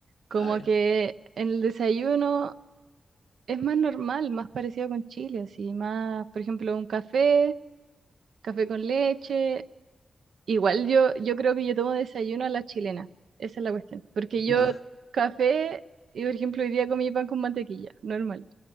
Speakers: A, on the right; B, on the left.
A: Como
B: Ah, ya.
A: que en el desayuno es más normal, más parecido con Chile, así, más, por ejemplo, un café, café con leche. Igual yo, yo creo que yo tomo desayuno a la chilena, esa es la cuestión. Porque
B: <laughs>
A: yo
B: Ah,
A: café, y por ejemplo, hoy día comí pan con mantequilla, normal.